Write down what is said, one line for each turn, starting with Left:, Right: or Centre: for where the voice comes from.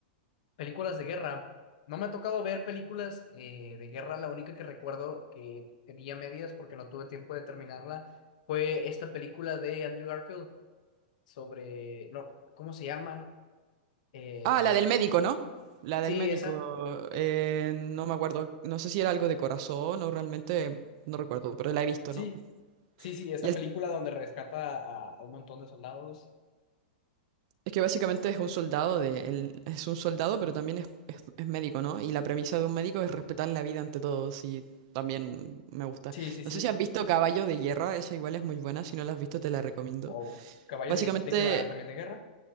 Left: Películas de guerra. No me ha tocado ver películas eh, de guerra. La única que recuerdo que vi a medias porque no tuve tiempo de terminarla fue esta película de Andrew Garfield sobre, no, ¿cómo se llama? Eh,
Right: Ah, la del médico, ¿no? La del
Left: sí,
Right: médico,
Left: esa. Eh,
Right: eh, no me acuerdo, no sé si era algo de corazón o realmente, no recuerdo, pero la he visto,
Left: sí,
Right: ¿no?
Left: sí, sí, esta
Right: Y el-
Left: película donde rescata a, a un montón de soldados.
Right: es que básicamente es un soldado, de, él es un soldado, pero también es, es- es médico, ¿no? Y la premisa de un médico es respetar la vida ante todo, y también me gusta.
Left: Sí, sí, sí.
Right: No sé si has visto Caballo de Guerra, esa igual es muy buena, si no la has visto te la recomiendo.
Left: Wow. ¿Caballo
Right: Básicamente
Left: de, de qué va? ¿También de guerra?